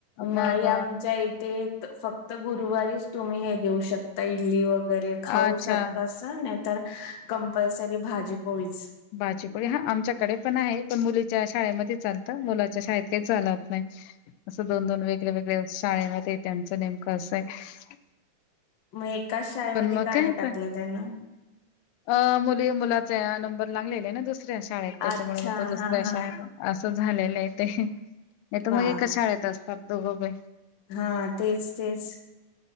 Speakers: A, on the left; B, on the left.
A: मग
B: नाही, आमच्या इथे फक्त गुरुवारीच तुम्ही हे देऊ शक- ता. इडली, वगैरे
A: अच्छा
B: खाऊ सारखं अस नाहीतर कंपल्सरी भाजी, पोळीच.
A: भाजी, पोळी हा. आमच्याकडे पण आहे, पण मुलीच्या शाळेमध्ये चालतं, मुलाच्या शाळेत काही चालत नाही. असं दोन दोन, वेगळ वेगळ, शाळेमध्ये त्यांचं नेमकं असं आसय.
B: मग एकाच शाळेमध्ये
A: मग
B: का
A: काय
B: नाही
A: आता
B: टाकलं त्यांना?
A: अ.. मुली मुलाचा या नंबर लागलेला ना दुसऱ्या शाळेत, त्याच्यामुळे
B: अच्छा
A: मग तो दुसऱ्या
B: हा हा
A: शाळेला. असं झालेलं आहे ते. नाही तर
B: बा
A: मग एका शाळेत असतात दोघबी.
B: हा तेच तेच